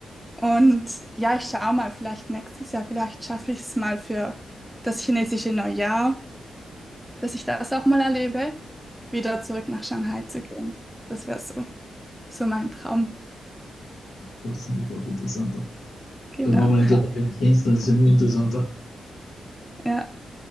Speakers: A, in the centre; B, on the left.
A: Und ja, ich schaue mal, vielleicht nächstes Jahr, vielleicht schaffe ich es mal für das chinesische Neujahr, dass ich das auch mal erlebe, wieder zurück nach Shanghai zu gehen. Das wäre so, so mein Traum.
B: Das ist natürlich auch interessanter.
A: Genau.
B: Wenn man mal einen Datum kennst, dann ist es ja nur interessanter.
A: Ja,